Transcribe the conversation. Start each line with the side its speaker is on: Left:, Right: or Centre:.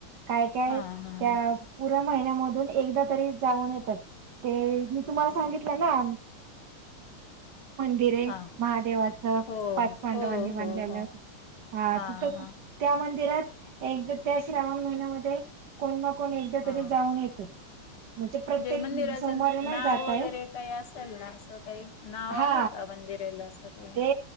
Right: काय काय
Left: हा हा
Right: त्या
Left: हा
Right: पुर महिन्यामधून एकदा तरी ऊ येतात मी तुम्हाला सांगितलं ना. हिरे
Left: हा
Right: महादेवाचं
Left: हो
Right: पाच पांडवांनी
Left: हो
Right: बांनलेलं
Left: हो हो
Right: ह
Left: हा
Right: तिथं
Left: हा
Right: खूप त्या मंदिरात एकदा त्या श्रावण महिन्यामध्ये कोण ना कोण एकदा
Left: हा
Right: तरी जाऊन येतच. प्रत्येक
Left: म्हणजे मंदिराचं
Right: सोमवारी नाही
Left: नाव
Right: जातायेत
Left: वगैरे काही असेल ना असं काही नाव
Right: हा
Left: आहे का मंदिराला असं काही
Right: ते